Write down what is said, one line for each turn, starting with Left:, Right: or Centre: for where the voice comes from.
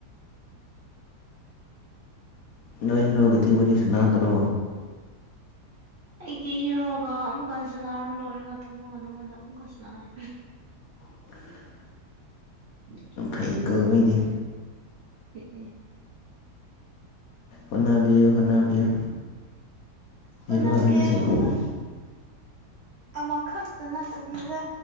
Left: ꯅꯣꯏ ꯍꯦꯔꯣꯒꯗꯤ ꯋꯥꯔꯤ ꯁꯅꯥꯗ꯭ꯔꯣ꯫
Right: ꯑꯩꯒꯤ ꯍꯤꯔꯣꯒ ꯑꯃꯨꯛꯀ ꯁꯅꯥꯔ ꯂꯣꯏꯔꯒ ꯊꯝꯃꯒ ꯅꯪꯉꯣꯟꯗ ꯑꯃꯨꯛꯀ ꯁꯅꯥꯏ꯫
Left: <unintelligible>
Right: <unintelligible>
Left: ꯑꯩ ꯀꫭ ꯃꯤꯗꯤ꯫
Right: ꯎꯝ ꯎꯝ꯫
Left: ꯍꯣꯅꯥꯕꯤꯌꯨ-ꯍꯣꯅꯥꯕꯤꯌꯨ꯫
Right: ꯍꯣꯠꯅꯒꯦ
Left: <inaudible>
Right: ꯍꯣꯠꯅ ꯑꯃꯈꯛꯇ ꯅꯠꯇꯕꯤꯗ